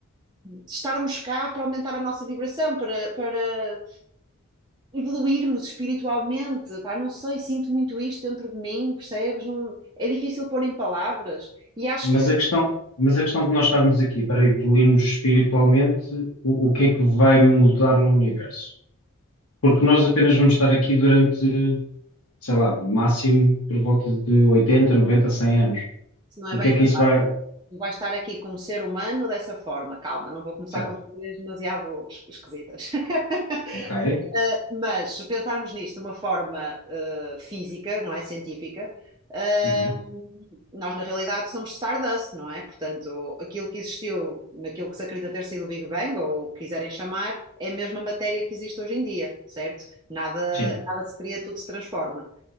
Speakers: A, on the right; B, on the left.
A: estarmos cá para aumentar a nossa vibração, para, para evoluirmos espiritualmente, pá, não sei, sinto muito isto dentro de mim, percebes? Não, é difícil pôr em palavras e acho
B: Mas
A: que isso
B: a questão, mas a questão de nós estarmos aqui para evoluirmos espiritualmente, o o que é que vai mudar no universo? porque nós apenas vamos estar aqui durante, sei lá, máximo por volta de 80, 90, 100 anos.
A: não é
B: O
A: bem
B: que é que
A: verdade.
B: isso vai.
A: Tu vais estar aqui como ser humano dessa forma, calma, não vou começar
B: Certo,
A: com teorias demasiado es- esquisitas. <laughs>
B: ok.
A: Mas se pensarmos nisto de uma forma eh, física, não é científica, eh,
B: Uhum.
A: nós na realidade somos Stardust, não é? Portanto, aquilo que existiu naquilo que se acredita ter sido o Big Bang, ou o que quiserem chamar, é a mesma matéria que existe hoje em dia, certo? Nada,
B: Sim,
A: nada se cria, tudo se transforma.